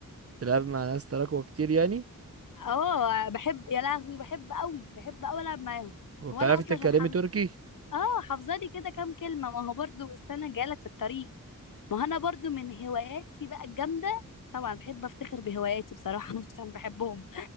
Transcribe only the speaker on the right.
تلعب مع ناس تراكوة كتير يعني
وبتعرفي
تتكلمي
تركي